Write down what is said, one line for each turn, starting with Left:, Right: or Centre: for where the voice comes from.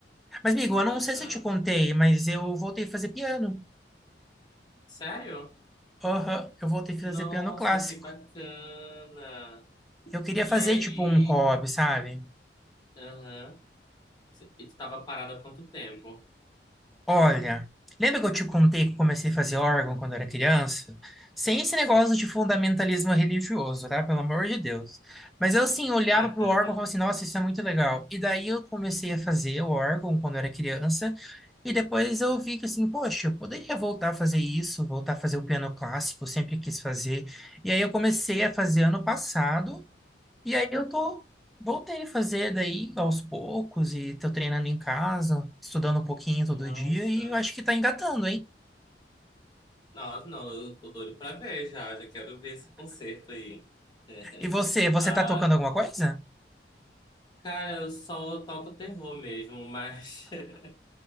Centre: Mas, amigo, eu não
Left: Aham.
Centre: sei se eu te contei, mas eu voltei a fazer piano.
Left: Sério?
Centre: Aham, eu voltei a fazer
Left: Nossa,
Centre: piano clássico.
Left: que bacana!
Centre: Eu queria
Left: E
Centre: fazer,
Left: aí,
Centre: tipo, um hobby, sabe?
Left: aham, Cê- e tu tava parada há quanto tempo?
Centre: Olha, lembra que eu te contei que eu comecei a fazer órgão quando era criança? Sem esse
Left: Sim.
Centre: negócio de fundamentalismo religioso, tá? Pelo amor de Deus. Mas eu, assim, olhava
Left: <laughs>
Centre: pro órgão e falava assim, nossa, isso é muito legal. E daí eu comecei a fazer o órgão quando era criança. E depois eu vi que, assim, poxa, eu poderia voltar a fazer isso, voltar a fazer o piano clássico, eu sempre quis fazer. E aí eu comecei a fazer ano passado. E aí eu tô, voltei a fazer daí aos poucos e tô treinando em casa, estudando um pouquinho todo
Left: Nossa.
Centre: dia e eu acho que tá engatando, hein?
Left: Nossa, não, eu tô doido pra ver já, já quero ver esse concerto aí. <laughs>
Centre: E você, você
Left: Ah,
Centre: tá tocando alguma coisa?
Left: cara, eu só toco terror mesmo, mas <laughs>